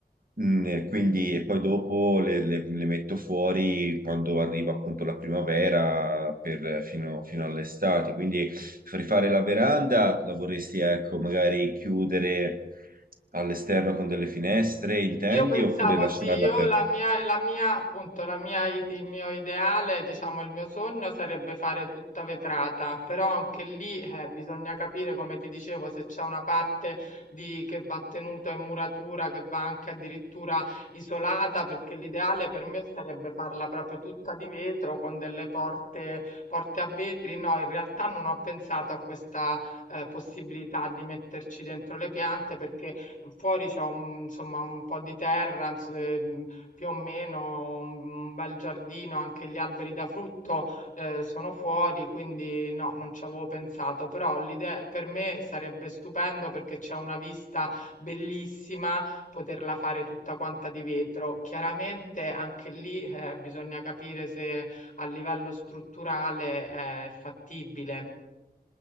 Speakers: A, on the right; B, on the left.
A: Mm, e quindi e poi dopo le, le- le metto fuori quando arriva appunto la primavera per- fino, fino all'estate. Quindi rifare la veranda la vorresti, ecco, magari chiudere all'esterno con delle finestre, intendi,
B: Io pensavo
A: oppure lasciarla
B: sì, io
A: aperta?
B: la mia la mia appunto, la mia i il mio ideale, diciamo il mio sogno sarebbe fare tutta vetrata, però anche lì, eh, bisogna capire, come ti dicevo, se c'è una parte di che va tenuta in muratura, che va anche addirittura isolata, perché l'ideale per me sarebbe farla proprio tutta di vetro con delle porte porte a vetri. No, in realtà non ho pensato a questa, ehm, possibilità di metterci dentro le piante perché Fuori c'ho un insomma, un po' di terra, ins ehm, più o meno un un bel giardino, anche gli alberi da frutto, ehm, sono fuori, quindi no, non ci avevo pensato, però l'ide per me sarebbe stupendo perché c'è una vista bellissima, poterla fare tutta quanta di vetro. Chiaramente anche lì, eh, bisogna capire se a livello strutturale è fattibile.